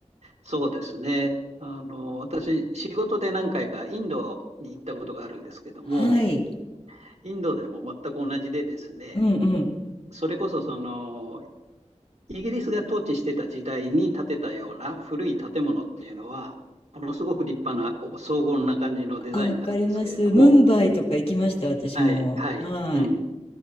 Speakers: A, on the right; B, on the left.
A: そうですね。あの、私、仕事で何回かインドに行ったことがあるんですけども、
B: はい。
A: インドでも全く同じでですね、
B: うんうん。
A: それこそその、イギリスが統治してた時代に建てたような古い建物っていうのは、ものすごく立派な、こう、荘厳な感じのデザインなんですけれども、
B: あ、わかります。ムンバイとか行きました、私も。
A: はい、はい、
B: はい。
A: うん。